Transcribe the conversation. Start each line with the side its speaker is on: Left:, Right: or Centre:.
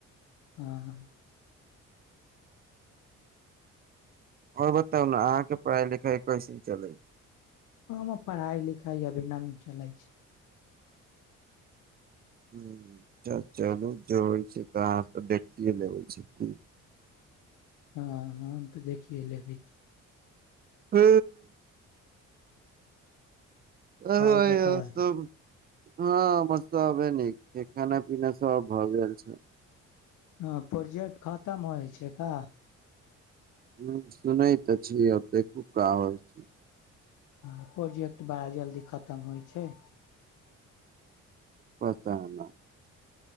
Left: हँ हँ।
Right: आओर बताउ ने अहाँके पढ़ाइ लिखाइ। कैसन चलै छै।
Left: ह पढ़ाइ लिखाइ अभी नन चलै छै।
Right: हू। च चलू जररी छै। त हाँ त देखियए लेबै छै की।
Left: हँ हम तऽ देखियए लेबै।
Right: हँ। आ
Left: आओर बतबै
Right: सब। हँ हमर सबे नीक छै खाना पीना सब भऽ गेल छै।
Left: ह प्रोजेक्ट खतम होइ छै का।
Right: ह सुनैत तऽ छिय। से खूब कह होइ छी।
Left: हँ प्रोजेक्ट बड़ा जल्दी खतम होइ छै।
Right: पता ने।